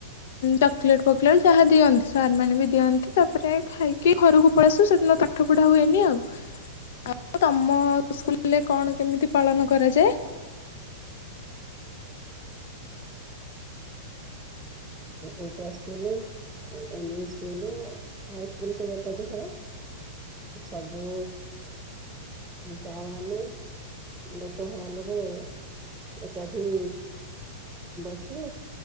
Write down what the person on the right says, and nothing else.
ଉପ ସ୍କୁକୁଲୁ ଇଂଲିସ୍ ସ୍କୁଲୁ ହାଇ ସ୍କୁଲ ସବୁ ଏକାଠି ହଏ ସବୁ ସାର୍ ମାନେ ଗୋଟେ ହଲରେ ଏକାଠି ସେ